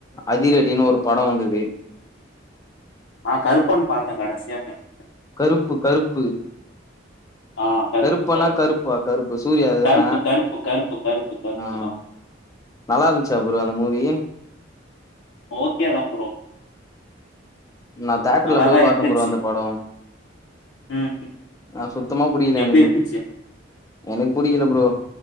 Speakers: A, on the left; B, on the left.
A: அதிரடினு ஒரு படம் வந்தது
B: நா கருப்பன் பாத்த கடசியா நெட்
A: கருப்பு கருப்பு
B: ஆ கருப்பு
A: கருப்பனா
B: கருப்பு
A: கருப்பா கருப்பு சூர்யா அதுதான
B: கருப்பு கருப்பு கருப்பு கருப்புதா
A: ஆ நல்லா இருந்ச்சா ப்ரோ அந்த மூவி
B: ஓகேதா ப்ரோ
A: நா தேட்டர்ல
B: நல்லாதான்
A: போய் பாத்த
B: இருந்துச்சு.
A: ப்ரோ அந்த படோ
B: ம், ம்.
A: நா சுத்தமா புடிக்கில
B: எப்டி
A: எனக்கு
B: இருந்துச்சு?
A: எனக்கு புடிக்கில ப்ரோ